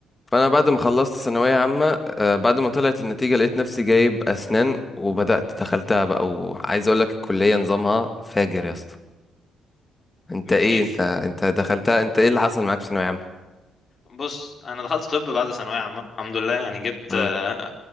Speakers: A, on the left; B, on the left.
A: فانا بعد ما خلصت ثانويه عامه آه، بعد ما طلعت النتيجه لقيت نفسي جايب اسنان وبدات دخلتها بقى وعايز اقول لك الكليه نظامها فاجر يا اسطى انت
B: من
A: ايه
B: حيث
A: انت انت دخلتها انت ايه اللي حصل معاك في ثانويه عامه
B: بص انا دخلت طب بعد ثانويه عامه الحمد لله يعني جبت
A: امم
B: آه،